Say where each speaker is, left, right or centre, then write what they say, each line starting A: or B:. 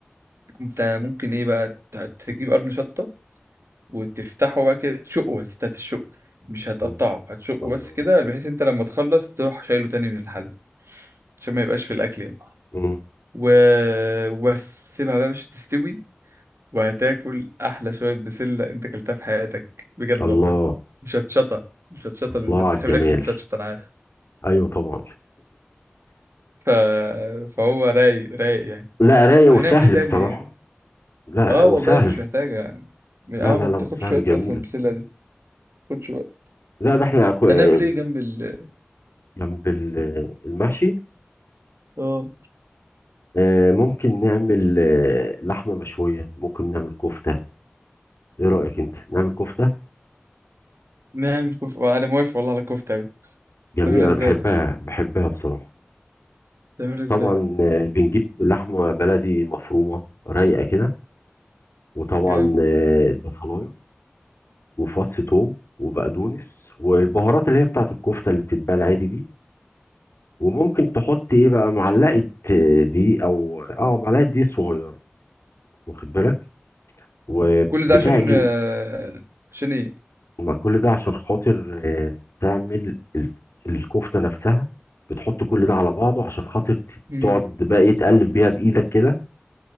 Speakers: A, on the right; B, on the left.
A: انت ممكن ايه بقى ت- تجيب قرن شطه وتفتحه بقى كده تشقه بس انت هتشقه مش هتقطعه
B: مم.
A: هتشقه
B: الله
A: بس كده بحيث انت لما تخلص تروح شايله تاني من الحل عشان ما يبقاش في الاكل يعني
B: مم.
A: و... وبس سيبها بقى مش تستوي وهتاكل احلى شويه بسله انت اكلتها في حياتك بجد
B: الله
A: والله مش هتشطه مش هتشطه
B: الله
A: بالذات
B: على
A: بتحب
B: الجمال
A: الاكل مش هتشطه انا عارف
B: ايوه طبعا
A: ف... فهو رايق رايق يعني
B: لا رايق
A: هنعمل
B: وسهل
A: ايه تاني
B: بصراحة لا
A: اه
B: وسهل
A: والله مش محتاجه اه
B: لا لا
A: ما بتاخدش
B: لا وسهل
A: وقت
B: جميلة
A: اصلا البسله دي ما بتاخدش وقت
B: لا ده احنا أكو-
A: ده
B: آه،
A: نعمل ايه جنب ال
B: جنب ال- المحشي
A: اه
B: آه، ممكن نعمل آه، لحمة مشوية ممكن نعمل كفتة ايه رأيك انت نعمل كفتة
A: نعمل كفتة آه، أنا موافق والله على الكفتة أوي
B: جميلة
A: تعملها
B: انا
A: إزاي
B: بحبها
A: بس
B: بحبها بصراحة
A: تعملها إزاي
B: طبعا آه، بنجيب لحمة بلدي مفرومة رايقة كده وطبعا
A: جامد
B: آه، البصلاية وفص ثوم وبقدونس والبهارات اللي هي بتاعت الكفتة اللي بتتباع العادي دي وممكن تحط ايه بقى معلقه آه، دي او اه معلقه دي صغيره واخد بالك وبتعجن
A: كل ده عشان آه، عشان إيه
B: ما كل ده عشان خاطر آه، تعمل ال- الكفته نفسها بتحط كل ده على بعضه عشان خاطر ت-
A: مم.
B: تقعد بقى ايه تقلب بيها بايدك كده